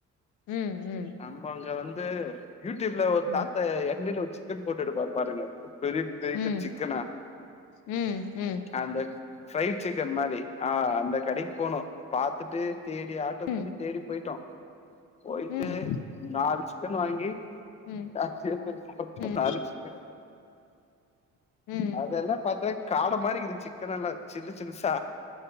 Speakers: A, on the left; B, on the left.
A: ம் ம்
B: நம்ம அங்க வந்து யூடியூப்ல ஒரு
A: ம்
B: தாத்தா எண்ணேல வெச்சு சிக்கன் போட்டுட்டு இருப்பாரு பாருங்க பெரிய ப்ளேட்டு
A: ம் ம்
B: சிக்கனா
A: ம் ம்
B: அந்த ஃப்ரைட் சிக்கன் மாறி ஆ அந்த கடைக்கு போனோ பாத்துட்டு தேடி ஆட்டோ
A: ம்
B: புடிச்சு தேடி போயிட்டோ போயிட்டு
A: ம்
B: நாலு சிக்கன் வாங்கி
A: ம்
B: <inaudible> நா
A: ம்
B: அடிச்சுட்டே
A: ம்
B: அதெல்லா பாத்தா காடை மாறிருக்கிது சிக்கன் எல்லா சின்ன சின்ஸா